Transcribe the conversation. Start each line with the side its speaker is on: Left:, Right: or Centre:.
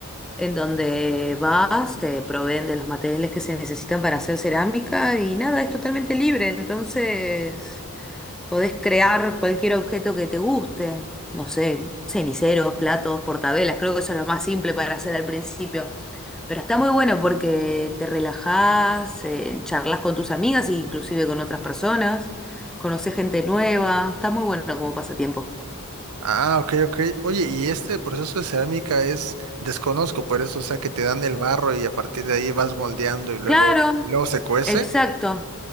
Centre: en donde vas, te proveen de los materiales que se necesitan para hacer cerámica y nada, es totalmente libre. Entonces, Podés crear cualquier objeto que te guste, no sé, ceniceros, platos, portavelas, creo que eso es lo más simple para hacer al principio. Pero está muy bueno porque te relajás, eh, charlas con tus amigas e inclusive con otras personas, conocés gente nueva, está muy bueno como pasatiempo.
Right: Ah, ok, ok. Oye, y este proceso de cerámica es desconozco, por eso, o sea, que te dan el barro y a partir de ahí vas moldeando y luego,
Centre: Claro,
Right: luego se cuece.
Centre: exacto,